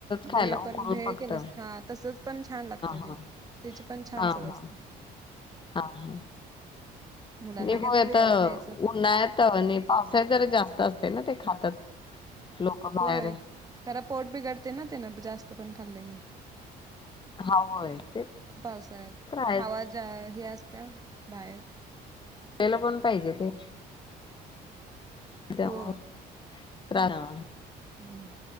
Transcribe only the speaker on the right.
भेळ
पण भेळ
केलंस, हा तसच पण छान लागतय
ते. त्याची पण छान
चव
असते.
मुलांना
काहीतरी वेगळं
द्यायचं
होय, खर पोट बिघडतय ना तेन जास्त पण खाल्लं की.
पावसाळ्यात
हवा ज्या हे असत्या बाहेर
हो
हम.